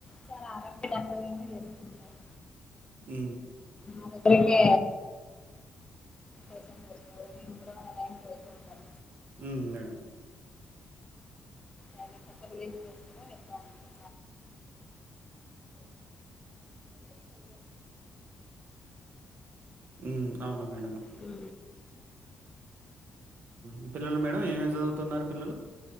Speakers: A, on the left; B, on the right.
A: చాలా ఆరోగ్యదాకగానే చేస్తుంటారు
B: ఉ
A: మా దగ్గరకే వస్తూ ఉంటారు మేము కూడా వెలుతు ఉంటాం
B: ఉ మేడం
A: వాళ్ళు కాల్ చేయంగానే వెళ్తాము
B: ఉ అవునా మేడంమ్
A: ఉ
B: ఉ పిల్లలు మేడం ఏమేమి చదువుతున్నారు పిల్లలు